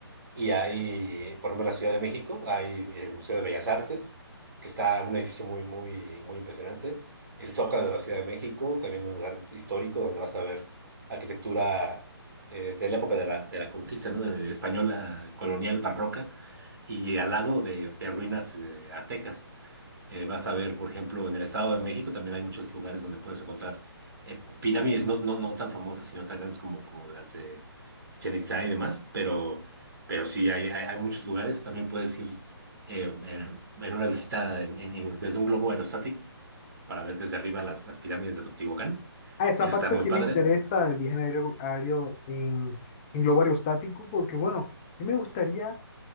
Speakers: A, on the right; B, on the left.
A: y hay, por ejemplo, en la Ciudad de México, hay el Museo de Bellas Artes, que está un edificio muy, muy, muy impresionante. El Zócalo de la Ciudad de México, también un lugar histórico donde vas a ver arquitectura eh, de la época de la, de la conquista, ¿no? De española, colonial, barroca, y al lado de, de ruinas eh, aztecas. Eh, vas a ver, por ejemplo, en el Estado de México también hay muchos lugares donde puedes encontrar eh, pirámides no, no, no tan famosas, sino tan grandes como, como las de Chichén Itzá y demás, pero pero sí, hay, hay, hay muchos lugares. También puedes ir eh, en, en una visita en- en- en- desde un globo aerostático para ver desde arriba las, las pirámides de Teotihuacán.
B: Ah, esa
A: Eso
B: parte
A: está muy
B: sí
A: padre.
B: me interesa del viaje en aéreo, aéreo en, en globo aerostático, porque bueno, a mí me gustaría